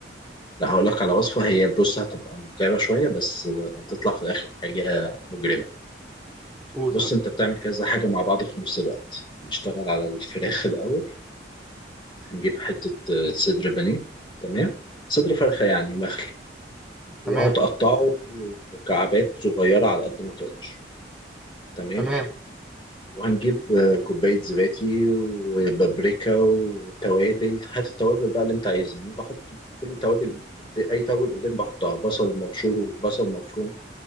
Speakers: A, on the left; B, in the centre.
A: لا هقول لك على وصفة هي بص هتبقى متعبة شوية بس هتطلع في الآخر حاجة مجرمة
B: قول
A: بص
B: طيب
A: أنت بتعمل كذا حاجة مع بعض في نفس الوقت نشتغل على الفراخ الأول نجيب حتة آه، صدر بانيه تمام صدر فرخة يعني مخلي وهتقطعه
B: تمام
A: مكعبات صغيرة على قد ما تقدر تمام
B: تمام
A: وهنجيب آه، كوباية زبادي وبابريكا وتوابل هات التوابل بقى اللي انت عايزها انا بحط كل توابل قد- اي توابل قدام بحطها بصل مبشور وبصل مفروم